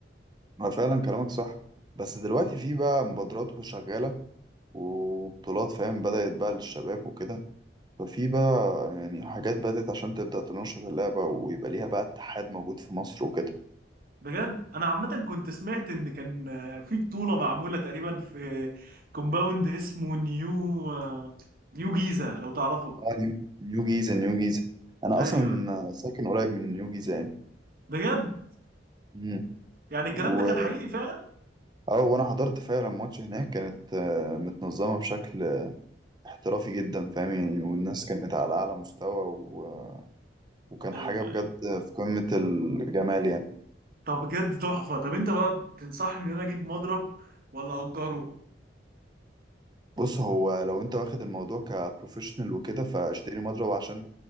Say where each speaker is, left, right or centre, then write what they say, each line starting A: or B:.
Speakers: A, on the right (about 25°); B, on the right (about 50°).
A: ما فعلا كلامك صح بس دلوقتي في بقى مبادرات شغالة وبطولات فاهم بدأت بقى للشباب وكده ففي بقى يعني حاجات بدأت عشان تبدأ تنشط اللعبة ويبقى ليها بقى اتحاد موجود في مصر وكده
B: بجد انا عامه كنت سمعت ان كان آه، في بطوله معموله تقريبا في كومباوند اسمه نيو آه، نيو جيزه لو تعرفه
A: اه نيو نيو جيزة نيو جيزة أنا
B: ايوه
A: أصلا ساكن قريب من نيو جيزة يعني
B: بجد
A: مم.
B: يعني الكلام
A: و...
B: ده كان حقيقي فعلا
A: اه وانا حضرت فعلا ماتش هناك كانت آه، متنظمة بشكل احترافي جدا فاهم يعني والناس كانت على أعلى مستوى و... وكان
B: ايوه
A: حاجة بجد
B: ايوه
A: في قمة الجمال يعني
B: طب بجد تحفه طب انت بقى تنصحني ان انا اجيب مضرب ولا اجره
A: بص هو لو انت واخد الموضوع كبروفيشنال وكده فاشتري مضرب عشان